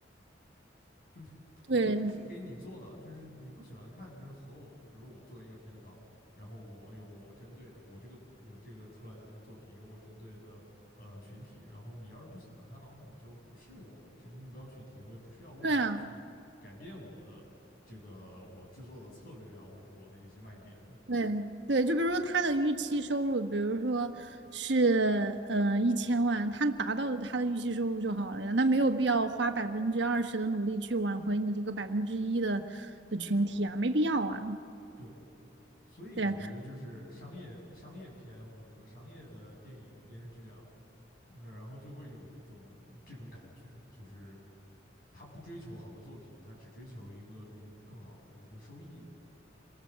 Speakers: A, on the left (about 50°); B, on the right (about 75°).
A: 就不不就不是给你做的，
B: 对，
A: 就是你不喜欢看，就是和我就比如说我做一个片方，然后我有我针对的，我这个我这个出来的这个作品有我针对的呃群体，然后你要是不喜欢看的话，你就不是我的这个目标群体，我也不需要为你去改变我的这个我制作的策略啊，
B: 对啊，
A: 或者说我的一些卖点，
B: 对对，就比如说他的预期收入，比如说是呃一千万，他达到了他的预期收入就好了呀，那没有必要花百分之二十的努力去挽回你这个百分之一的的群体啊，没必要啊。
A: 对。所以感觉就是商业商业片，
B: 对，
A: 或者说商业的电影电视剧啊，嗯然后就会有一种这种感觉，就是他不追求好的作品，他只追求一个就是更好的一个收益啊。